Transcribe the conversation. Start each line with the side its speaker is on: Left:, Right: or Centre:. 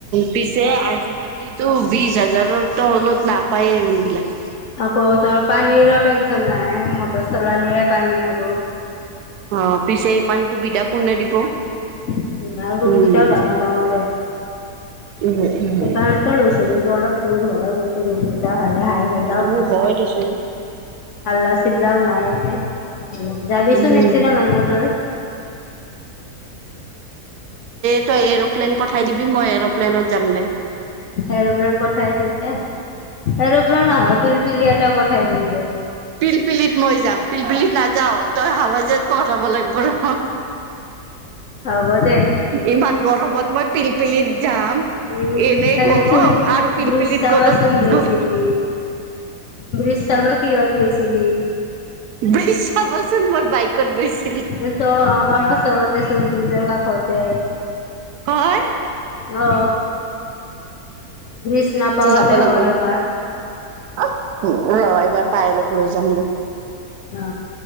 Right: পিছে আজিকালিো বিশ হাজাৰ তো অলত নাপায়েই ৰুম বিলাক
Left: আকৌ তই পানীৰো টেনচন নাই মটৰ চলালিয়ে পানী আৰু।
Right: অ', পিছে ইমান সুবিধা কোনে দিব?
Left: উম, আৰু ৰুম
Right: উম
Left: গেইটাও ডাঙৰ ডাঙৰে
Right: উম উম
Left: সেইকাৰণেতো লৈছদোন টো অলপ দূৰ হয় কিন্তু ৰুমকেইটা ভালে হাই ভ
Right: উ, হয় দিচোন।
Left: হাল্লা চিল্লাও নাই এনে, যাবিচোন
Right: উম
Left: একদিনা মইনাক লৈ।
Right: <unintelligible> এৰোপ্লেন পঠাই দিবি মই এৰপ্লেনত যাম। দে
Left: এৰোপ্লেন পঠাই দিম দে। এৰোপ্লেন নহয়, পিলপিলিয়া এটা পঠাই দিম দে।
Right: পিলপিলিত মই যাম, পিলপিলিত নাযাও, তই হাৱা যেন <unintelligible> লাগব ৰ,
Left: হ'ব দে
Right: ইমান গৰমত মই পিলপি <unintelligible> যাম।
Left: উম
Right: এনেই
Left: হেৰিচোন
Right: গৰম আৰু পিলপিলিত
Left: ব্ৰিজ চাবাচোন
Right: গলত
Left: গৈছিলি
Right: গ
Left: ব্ৰিজ চাব কিহত গৈছিলি?
Right: ব্ৰিজ চাবচোন মই বাইকত গৈছ
Left: <unintelligible> ত আমাৰ ওচৰতে চোন ব্ৰিজৰ কাষতে
Right: হয়।
Left: অ ব্ৰিজ নাপাৱতে
Right: যাব লাগিব
Left: হয় আমাৰ।
Right: <unintelligible> ৰ' এইবাৰ পাই অলপ লৈ যাম ৰ',
Left: অ